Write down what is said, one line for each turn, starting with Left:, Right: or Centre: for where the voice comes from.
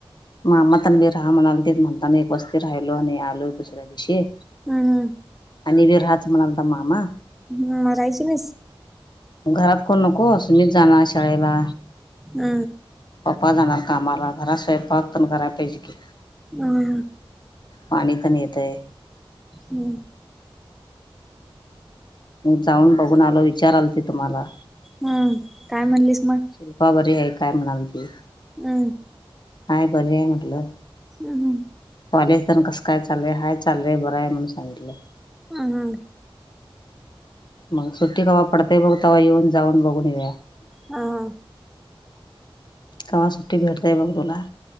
Left: मामातण बी राहा म्हणाल, ते म्हणतानी एक वस्ती राहिलो आणि आलोय दुसऱ्या दिवशी.
Centre: हूं हूं!
Left: आणि बी राहंच म्हणालतां मामा.
Centre: हं म राहायची नईस.
Left: घरात कोण नको सुमी जाणार शाळेला.
Centre: ऊ!
Left: पप्पा जाणार कामाला घरात स्वयंपाक तेन कराय पाहिजे की
Centre: हू
Left: पाणी पण येतय
Centre: हू
Left: मग जाऊन बघून आलो विचाराल ती तुम्हाला
Centre: हू काय म्हणलीस मग
Left: शिल्पा बरी हाय काय म्हणालती
Centre: उ
Left: हाय बरी हाय म्हटलं
Centre: हू हू
Left: कॉलेज तेन कसं काय चाललंय हाय चाललंय बर हाय म्हणून सांगितलं
Centre: हू हू
Left: मग सुट्टी कवा पडतय बघ तवा येऊन जाऊन बघून येऊया
Centre: हा हा
Left: कवा सुट्टी भेटतय बघ तुला